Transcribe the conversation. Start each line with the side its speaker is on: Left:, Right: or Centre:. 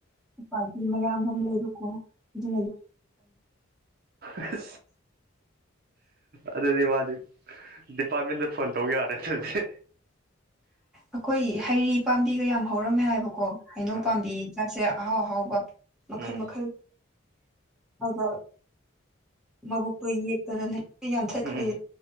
Centre: ꯄ ꯃꯌꯥꯝꯗꯝ ꯂꯩꯔꯨꯀꯣ ꯑꯗꯨ
Right: ꯑ ꯑꯗꯨꯗꯤ ꯃꯥꯗꯤ ꯗꯤꯄꯥꯔꯠꯃꯦꯟꯗ ꯐꯣꯟ ꯇꯧ ꯌꯥꯔꯦ ꯑꯗꯨꯗꯤ
Centre: ꯑꯩꯈꯣꯏ ꯍꯩꯔꯤ ꯄꯥꯝꯕꯤꯒ ꯌꯥꯝ ꯍꯧꯔꯝꯃꯦ ꯍꯥꯏꯕꯀꯣ ꯍꯩꯅꯧ
Right: ꯑꯥ
Centre: ꯄꯥꯝꯕꯤ ꯆꯁꯦ ꯑꯍꯥꯎ ꯑꯍꯥꯎꯕ ꯃꯈꯜ
Right: ꯎꯝ
Centre: ꯃꯈꯜ ꯍꯗ ꯃꯥꯕꯨꯛꯛꯇ ꯌꯦ ꯌꯦ ꯇꯔꯅꯦ ꯑꯩ ꯌꯥꯟꯊꯠꯈ꯭ꯔꯦ
Right: ꯎꯝ